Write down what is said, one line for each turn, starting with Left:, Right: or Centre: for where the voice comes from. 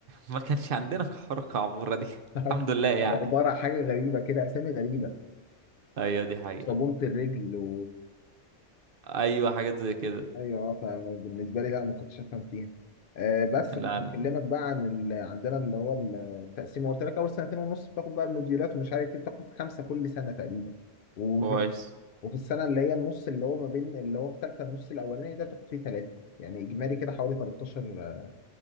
Right: ما كانش عندنا حركه عموره دي <laughs>
Left: <laughs>
Right: الحمد لله يعني
Left: وعباره عن حاجه غريبه كده اسامي غريبه
Right: ايوه دي حقيقه
Left: صابونه الرجل و...
Right: ايوه حاجات زي كده
Left: ايوه اه فبالنسبه لي لا ما كنتش افهم فيها آه بس
Right: لا
Left: كنت بكلمك
Right: انا
Left: بقى عن ال... عندنا اللي هو التقسيم قلت لك اول سنتين ونص بتاخد بقى المديرات ومش عارف ايه بتاخد خمسه كل سنه تقريبا وفي...
Right: كويس
Left: وفي السنه اللي هي النص اللي هو ما بين اللي هو في ثالثه النص الاولاني ده بتاخد فيه ثلاثه يعني اجمالي كده حوالي 13